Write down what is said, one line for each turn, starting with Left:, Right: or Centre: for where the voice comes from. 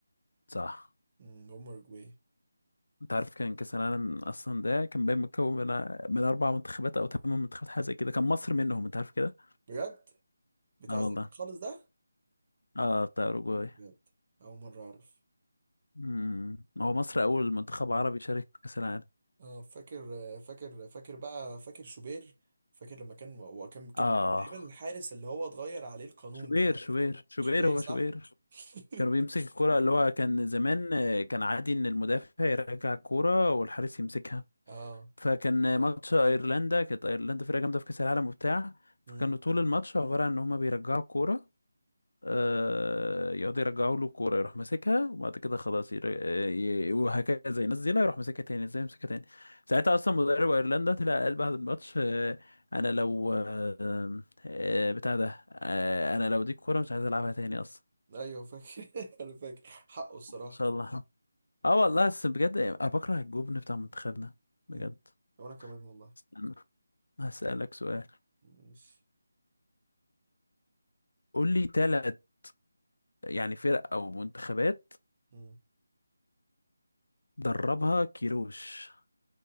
Left: صح
Right: مم، هم اوروجواي
Left: أنت عارف كان كأس العالم أصلا ده كان باين متكون من من أربع منتخبات أو ثمان منتخبات حاجة زي كده كان مصر منهم أنت عارف كده؟
Right: بجد بتاع
Left: أه
Right: زمان
Left: والله
Right: خالص ده
Left: أه بتاع أوروجواي
Right: بجد اول مره اعرف
Left: مم. هو مصر أول منتخب عربي شارك في كأس العالم
Right: اه فاكر فاكر فاكر بقى فاكر شوبير فاكر لما كان وكان كان
Left: أه
Right: مين تقريبا الحارس اللي هو اتغير عليه القانون
Left: شوبير
Right: ده
Left: شوبير شوبير
Right: شوبير
Left: هو
Right: صح؟
Left: شوبير
Right: <laughs>
Left: كانوا بيمسك الكرة اللي هو كان زمان آه، كان عادي إن المدافع يرجع الكرة والحارس يمسكها
Right: اه
Left: فكان ماتش ايرلندا كانت ايرلندا فرقه جامده في كاس العالم وبتاع
Right: امم
Left: فكانوا طول الماتش عباره عن ان هما بيرجعوا الكوره آه يقعدوا يرجعوا له الكوره يروح ماسكها وبعد كده خلاص ير... آه، ي... وهكذا ينزلها يروح ماسكها تاني ازاي يمسكها تاني ساعتها اصلا مدرب ايرلندا طلع قال بعد الماتش آه انا لو آه آه بتاع ده آه انا لو دي الكوره مش عايز العبها تاني اصلا
Right: ايوه فاكر <laughs> انا فاكر حقه الصراحة
Left: ما شاء الله <laughs> اه والله بس بجد انا بكره الجبن بتاع منتخبنا بجد
Right: امم وانا كمان والله
Left: استنى هسألك سؤال
Right: ماشي
Left: قول لي ثلاث يعني فرق أو منتخبات
Right: امم
Left: دربها كيروش